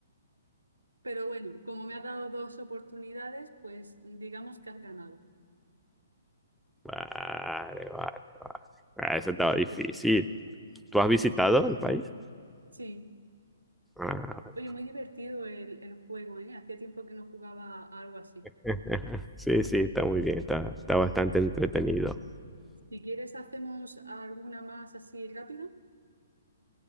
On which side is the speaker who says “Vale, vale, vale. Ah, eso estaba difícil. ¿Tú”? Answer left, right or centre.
Centre